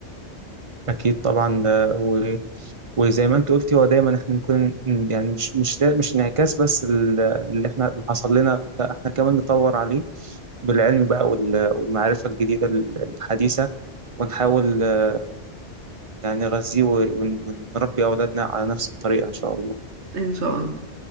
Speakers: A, on the right (about 30°); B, on the right (about 75°).
A: أكيد طبعا آه، و- وزي ما أنت قلتي هو دايما إحنا نكون يعني مش مش دا مش انعكاس بس ال- اللي إحنا اللي حصل لنا لا إحنا كمان نطور عليه بالعلم بقى وال- والمعرفة الجديدة ال- الحديثة ونحاول آه، يعني نغذيه ون- ونربي أولادنا على نفس الطريقة إن شاء الله
B: إن شاء الله